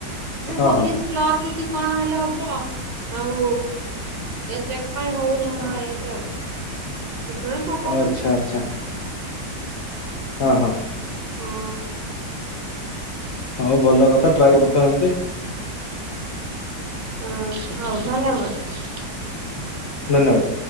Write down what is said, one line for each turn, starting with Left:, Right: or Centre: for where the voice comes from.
Right: ଯି
Left: ହଁ
Right: ପୋଲିସ
Left: ହଁ
Right: କ୍ଲର୍କ କି କଣ ହେଲେ ହବ। ଆଉ ଏଯାକ ପାଇଁ ହଉନି ମୋ ହାଇଟ ଆଉ। ସେଥିପାଇଁ ପକଉନି।
Left: ଆଚ୍ଛା ଆଚ୍ଛା। ହଁ ହଁ।
Right: ହଁ
Left: ହଉ ଭଲ କଥା ଟ୍ରାଏ କରୁଥା ଏମତି।
Right: ହଁ ହଉ ଧନ୍ୟବାଦ।
Left: ଧନ୍ୟବାଦ।